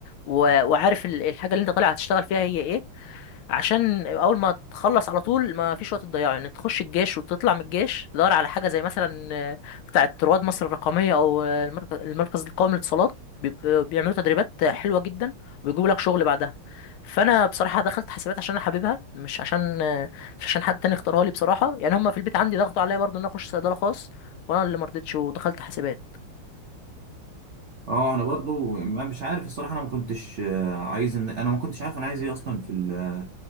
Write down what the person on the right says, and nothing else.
أه أنا برضو ما- مش عارف الصراحة أنا ما كنتش آه، عايز إن أنا ما كنتش عارف أنا عايز إيه أصلا في ال